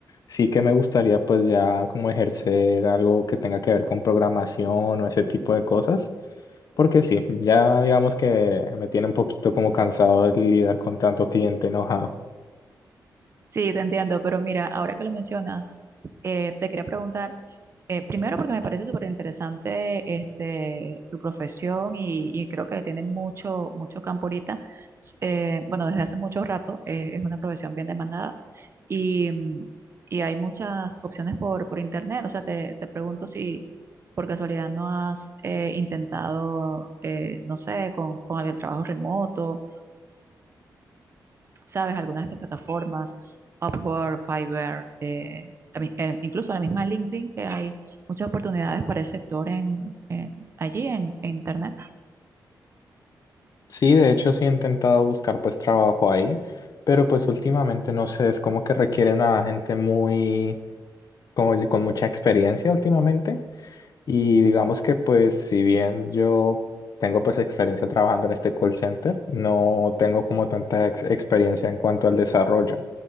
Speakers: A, on the left (about 55°); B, on the right (about 35°).
A: sí que me gustaría pues ya como ejercer algo que tenga que ver con programación o ese tipo de cosas, porque sí, ya digamos que me tiene un poquito como cansado de lidiar con tanto cliente enojado.
B: Sí, te entiendo, pero mira, ahora que lo mencionas, eh, te quería preguntar, eh, primero porque me parece súper interesante este, tu profesión y, y creo que tiene mucho, mucho campo ahorita, S- eh, bueno, desde hace mucho rato, eh, es una profesión bien demandada y, mm, y hay muchas opciones por, por internet, o sea, te, te pregunto si por casualidad no has eh, intentado, eh, no sé, con, con el trabajo remoto ¿sabes? Algunas de estas plataformas, Upwork, Fiverr, eh, la mi- eh, incluso la misma LinkedIn, que hay muchas oportunidades para el sector en, eh, allí en, en Internet.
A: Sí, de hecho sí he intentado buscar pues trabajo ahí, pero pues últimamente no sé, es como que requieren a gente muy, como con mucha experiencia últimamente. Y digamos que pues si bien yo tengo pues experiencia trabajando en este call center, no tengo como tanta ex- experiencia en cuanto al desarrollo.